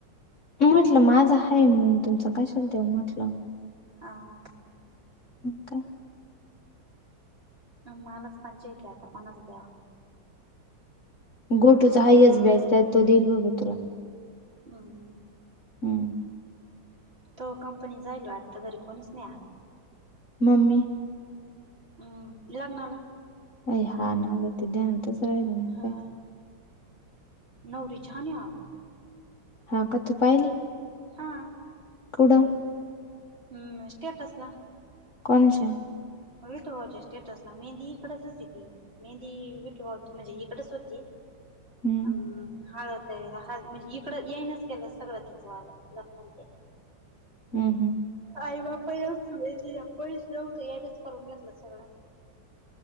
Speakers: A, on the left; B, on the right.
A: मी म्हटलं माझं आहे, म्हणून तुमचं कशाल देऊ म्हटलं.
B: हा हा.
A: म काय
B: मालाच पंचाईत आहे आता कोनाच द्यावा?
A: गोटूचा हायस्ट बॅच तो देईल बाबा तुला.
B: हां.
A: हम्म.
B: तो कंपनी जाईल आता घरी कोणीच नाही आज.
A: मम्मी?
B: हम्म लग्नाला.
A: बाई हा ना, ते ध्यानातच नाही राहिला
B: हा
A: पाय.
B: नवरी छान आहे आगं.
A: हा का तू पाहिली?
B: हां.
A: कुढं
B: हम्म सेटसला.
A: कोणच्या?
B: अ विटुभाऊज्या स्टेटसला, मेहंदी इकडेच होती ती. मेहंदी विटुभाऊची म्हणजे इकडच होती,,
A: हम्म
B: अं हळद द्यायला, हळद म्हणजे इकड येईनच केलं सगळं तिचंवालं लग्नन ते.
A: हम् हम्म
B: आई बाप ई नव्हते माहिती का, कोनिच नव्हतं, यायनच करून घेतलं सगळं.